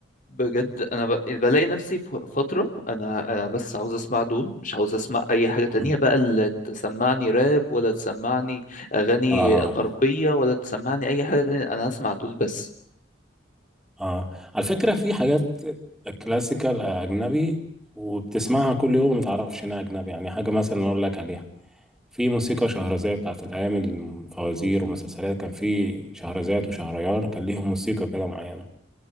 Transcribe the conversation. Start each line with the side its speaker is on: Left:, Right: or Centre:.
Left: بجد انا ب... بلاقي نفسي في فتره انا انا بس عاوز اسمع دول مش عاوز اسمع اي حاجه تانية
Centre: اه
Left: بقى اللي تسمعني راب ولا تسمعني اغاني
Centre: اه
Left: غربيه ولا تسمعني اي حاجه تانية انا هسمع دول بس
Centre: اه على فكرة في حاجات كلاسيكال أجنبي وبتسمعها كل يوم ما تعرفش إنها أجنبي يعني حاجة مثلا أقول لك عليها في موسيقى شهرزاد بتاعت الأيام الفوازير ومسلسلات كان في شهرزاد وشهريار كان ليهم موسيقى كده معينة